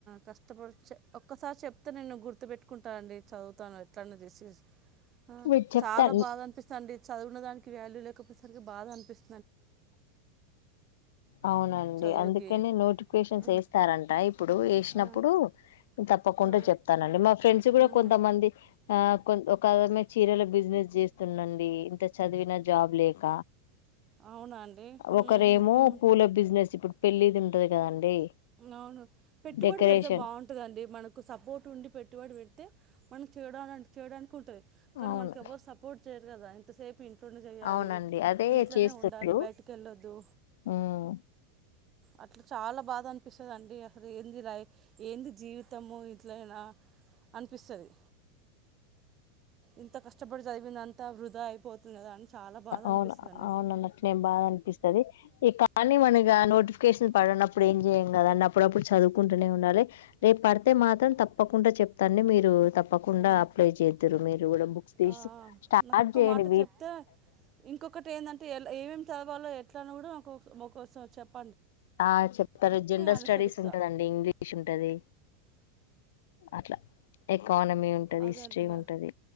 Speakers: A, on the right; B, on the left.
A: కష్టపడి చ ఒక్కసారి చెప్తా నేను గుర్తు పెట్టుకుంటానండి చదువుతాను. ఎట్ల అన్న చేసిసి ఆ
B: మీరు చెప్తాను
A: చాలా బాధ అనిపిస్తడి చదువు ఉన్న దానికి వాల్యూ లేకపోయసరికి బాధ అనిపిస్
B: అవునండి
A: చదువుకి
B: అందుకనే నోటిఫికేషన్స్
A: ఆ,
B: వేస్తారంట ఇప్పుడు ఏసినప్పుడు
A: ఆ,
B: తప్పకుండా
A: ఆ.
B: చెప్తానండి. మా ఫ్రెండ్స్ కూడా
A: ఉమ్,
B: కొంతమంది ఆ కొ ఒక ఆమె చీరల బిజినెస్ చేస్తుంది. అండి ఇంత చదివినా జాబ్ లేక
A: అవునా అండి ఉమ్,
B: ఒకరేమో
A: ఉమ్, ఉమ్.
B: పూల బిజినెస్ ఇప్పుడు పెళ్లి ది ఉంటది కదండి
A: అవును పెట్టుబడి
B: డెకరేషన్
A: పెడితే బాగుంటందండి మనకు సపోర్ట్ ఉండి పెట్టుబడి పెతే అయితే మనం చేయడా చేయడానికి ఉంటుంది కానీ
B: అవును
A: మనకి ఎవరు సపోర్ట్ చేయ్యరు కదా ే ప్పు ఇంట్లోండి చేయాలి
B: అవునండి అదే
A: ఇంట్లోనే
B: చేస్తుండ్రు
A: ఉండాలి బయటికి వెళ్ళొద్దు
B: ఉమ్
A: అట్లా చాలా బాగా అనిపిస్తుందిండి అసలు ఏంది లై ఏంది జీవితము ఇట్లనా అనిపిస్తుంది ఇంత కష్టపడి చదివింది అంత వృధా అయిపోతుంది కదా చాలా బాధ
B: అవును
A: అనిపిస్తుందండి
B: అవును అన్నట్ నేను బాగా అనిపిస్తుది ఈ కానీ మనగా నోటిఫికేషన్ పడినప్పుడు ఏం చేయ కద అండి అప్పుడప్పుడు చదువుకుంటూనే ఉండాలి రేపు పడితే మాత్రం తప్పకుండా చెప్తాండి మీ స తప్పకుండా
A: ఆ
B: అప్లై చేద్దారు మీరు కూడా బుక్స్ తీసి
A: ఆ
B: స్టార్ట్
A: నాకు ఒక్క
B: చేయడి
A: మాట చెప్తే ఇంకొకటి ఏందంటే అ ఎ ఏమేమి చదవాలో ఎట్ అని కూడా ఒక ఒకసం చెప్ప
B: ఆ చెప్తారు జనరల్
A: అనుసరిస్తా
B: స్టడీస్ ఉంటదండి ఇంగ్లీష్ ఉంటది అట్లా ఎకానమీ ఉంటది
A: అదేంటన్న
B: హిస్టరీ ఉంటది